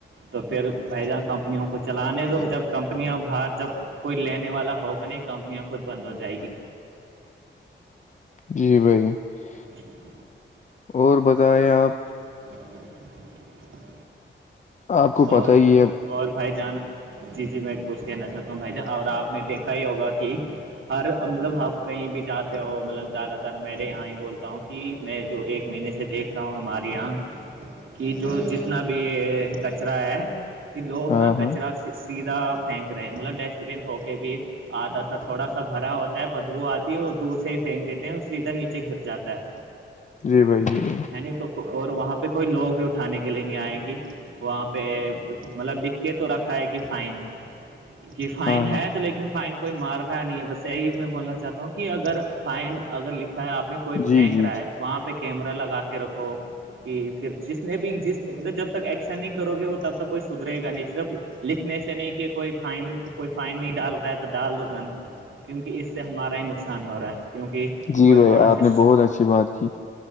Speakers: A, on the right; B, on the left.
A: تو پھر بھائی جان کمپنیوں کو چلانے دو جب کمپنیاں باہر جب کوئی لینے والا ہوگا نہیں کمپنیاں خود بند ہو جائےیں گی
B: جی بھائی <unintelligible>
A: ج <unintelligible>
B: اور بتائیں آپ <unintelligible>
A: <inaudible>
B: آپ کو پت
A: اور
B: ہی ہے
A: اور بھائی جان <unintelligible> جی جی میں کوچھ کہنا چاہتا ہوں بھائی جان اور آپ نے دیکھا ہی ہوگا کہ ہر مطلب آپ کہیں بھی جاتے ہو مطلب زیادہ تر میںے یہاں ہی بولتا ہوں کہ کہ میں جو ایک مہینے سے دیکھ رہا ہوں ہمارے یہاں کہ جو جتنا بھی کچرا ہے کہ لوگ
B: ہاں
A: نا کچرا
B: ہاں
A: سیدھا پھینک رہے ہیں مطلب ڈسٹ بن ہو کے بھی آدھا سا تھوڑا سا بھرا ہوتا بدبو آتی ہے وہ دور سے ہی پھینک دیتے ہیں اس سے ادھر نیچے گر جاتا ہے
B: جی بھائی جی بھائی
A: ہے ن تو اور وہاں پہ کوئی لوگ بھی اٹھانے کے لیے نہیں آئیں گی وہاں پہ مطلب لکھ کے تو رکھا ہے کہ فائن کہ فائن
B: ہاں ہاں
A: ہے تو لیکن فائن کوئی مار رہا نہیں ہے بس یہی میں بولنا چاہتا ہوں کہ اگر فائن اگر لکھا ہے آپ نے کوئی
B: جی
A: پھینک
B: جی
A: رہا
B: جی
A: ہے وہاں پہ کیمرہ لگا کے رکھو کہ پھر جس نے بھی جس مطلب جب تک ایکشن نہیں کرو گے وہ تب تک کوئی سدرے گا نہیں صرف لکھنے سے نہیں کہ کوئی فائن کوئی فائن نہیں ڈال رہا ہے تو ڈال دو گند کیونکہ اس سے ہمارا ہی نقصان ہو رہا ہے کیونکہ
B: جی
A: کوئی
B: بھائی
A: وہاں
B: آپ
A: سے
B: نے بہت اچھی بات کی